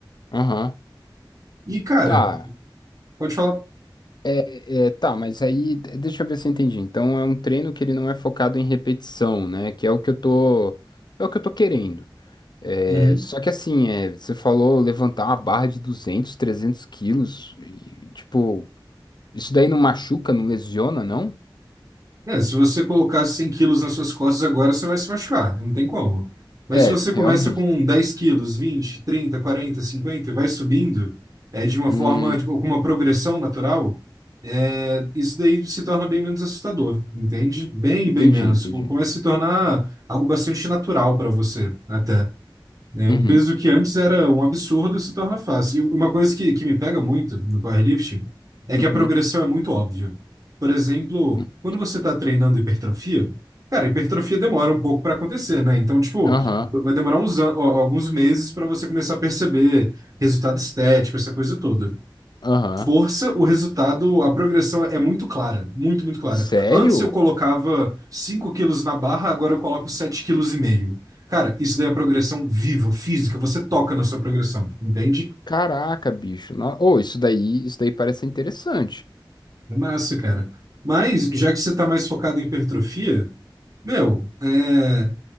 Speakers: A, on the left; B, on the right.
A: Aham.
B: E, cara,
A: Tá.
B: pode falar.
A: É, é, tá, mas aí de- deixa eu ver se eu entendi. Então é um treino que ele não é focado em repetição, né? Que é o que eu tô, é o que eu tô querendo. É,
B: Uhum.
A: só que assim, é, você falou levantar uma barra de duzentos trezentos quilos e tipo, isso daí não machuca, não lesiona, não?
B: É, se você colocar 100 quilos nas suas costas agora, você vai se machucar, não tem como. Mas
A: É,
B: se você
A: <laughs>
B: começa
A: realmente.
B: com 10 quilos, vinte trinta quarenta cinquenta e vai subindo, é, de uma
A: Hum,
B: forma, de- com uma progressão natural, é, isso daí se torna bem menos assustador, entende? Bem,
A: entendi,
B: bem menos.
A: entendi.
B: Começa a se tornar algo bastante natural para você, até. É,
A: Uhum,
B: um peso que antes era um absurdo se torna fácil. E uma coisa que, que me pega muito no powerlifting é que
A: uhum.
B: a progressão é muito óbvia. Por exemplo,
A: hum,
B: quando você está treinando hipertrofia, cara, a hipertrofia demora um pouco para acontecer, né? Então, tipo,
A: Aham,
B: vai demorar uns, an- ó, alguns meses para você começar a perceber resultado estético, essa coisa toda
A: aham.
B: força, o resultado, a progressão é muito clara, muito, muito clara.
A: Sério?
B: Antes eu colocava 5 quilos na barra, agora eu coloco sete quilos. e meio Cara, isso daí é progressão viva, física, você toca na sua progressão, entende?
A: Caraca, bicho. No- Ô, isso daí, isso daí parece interessante.
B: É massa, cara. Mas, já que você tá mais focado em hipertrofia, meu, é,